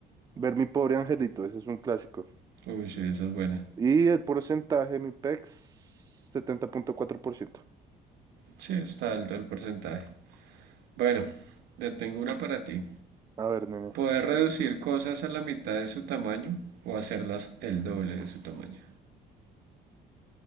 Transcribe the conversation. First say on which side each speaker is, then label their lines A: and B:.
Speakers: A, on the right; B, on the right.
A: Ver Mi Pobre Angelito, ese es un clásico.
B: Uy, sí, esa es buena.
A: Y el porcentaje, mi pex, setenta punto cuatro por ciento.
B: Sí, está alto el porcentaje. Bueno, te tengo una para ti.
A: A ver, nene.
B: Poder reducir cosas a la mitad de su tamaño o hacerlas el doble de su tamaño.